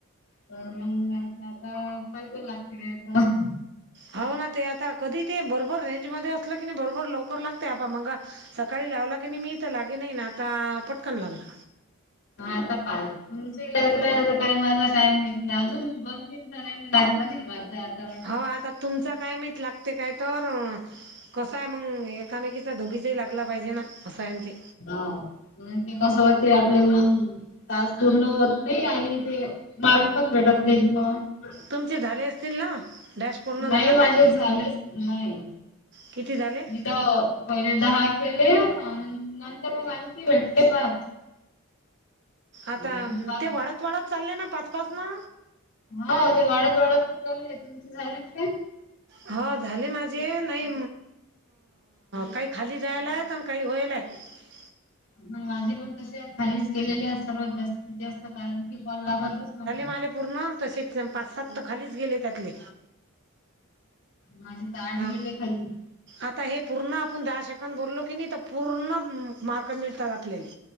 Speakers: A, on the left; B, on the right.
A: तर मग आता पायज लागते ग तर,
B: हो ना ते आता कधी ते बरोबर रेंज मध्ये असलं की नाही बरोबर लवकर लागते आप मगा सकाळी लावला की नाही मी तर लागे नाही ना आता पटकन लागला.
A: आता पा लागला का माझा काय मि अजून दोन तीन जण <unintelligible> नाही वा <unintelligible>
B: हो आता तुमच काय माहित लागते काय तर, कसं आहे मग एकामेकीचा धोगीचाही लागला पाहिजे ना. असं आहे न ते
A: हा हम्! तेस ते आपल्या तास पूर्ण होत नाही आणि ते मार्ग पण भेटत नाही. ह.
B: तुमचे झाले असतील ना? डॅश पूर्ण
A: नाही
B: झाला काय
A: माझे झालेच नाही.
B: किती झाले
A: मी तर पहिले दहा केले नंतर मग, भेटले पाच
B: आता
A: अन् पाच
B: ते वाढत वाढत चालले ना पाच पाच ना.
A: हो ते वाढत वाढत चालले तुमचे झालेत काय.
B: हो झाले माझे नाही काही खाली जायलाय प काही हो्हायलय. ह <unintelligible>
A: मग माझे पण तसे खालीच गेलेले आहेत सर्वात जास्तीत जास्त कारण की कॉल लागतच नव्हता.
B: आले पूर्ण तसेच पाच सात तर खालीच गेले त्यातले,
A: माझी ताड
B: हां
A: गेले खाली
B: आता हे पूर्ण आपणं जा शक आपण बोललो की नाही तर पूर्ण मार्क मिळतातं आपल्याले.